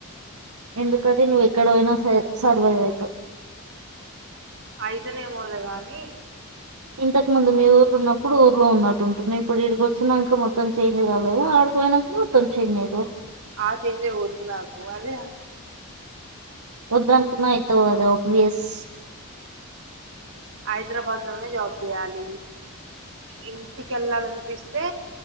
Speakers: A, on the right; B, on the right.
A: ఎందుకంటే నువ్ ఎక్కడ పోయినా సర్ సర్వైవ్ ఐతావు
B: అయితేనేమోలే గాని
A: ఇంతకు ముందు మీ ఊర్ళ ఉన్నప్పుడు ఊర్లో ఉన్నట్టుఉంటున్నవ్ ఇప్పుడు ఇడికి వచ్చినాక మొత్త్ త్తం చెంజ్ కాలేదా ఆడికిపోయానాక మొత్తం చెంజ్ఐతవ్
B: ఆ చేంజే వద్దు నాకు అదే
A: వద్దనుకున్నా అయితవ్ గద ఆబ్వియస్
B: హైదరాబాద్ లోనే జాబ్ చేయాలి ఇంటికెళ్లాలనిపిస్తే